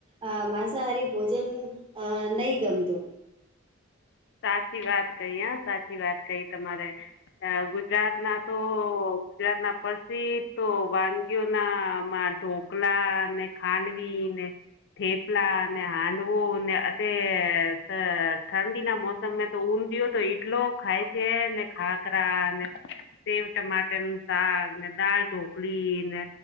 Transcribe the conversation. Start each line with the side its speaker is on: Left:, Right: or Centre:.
Right: અ માંસાહારી ભોજન અ નહી ગમતું.
Left: સાચી વાત કહી હ સાચી વાત કહી તમારે, ગુજરાત ના તો ગુજરાત ના પ્રસિદ્ધ તો વાનગીઓ ના માં ઢોકલા ને ખાંડવી ને થેપલા ને હાંડવો ને અ તે ત ઠંડીના મોસમે તો ઊંધિયો તો એટલો ખાય છે ને ખાખરા અને સેવ ટમાટર નુ શાક ને દાલ ઢોકળી ને,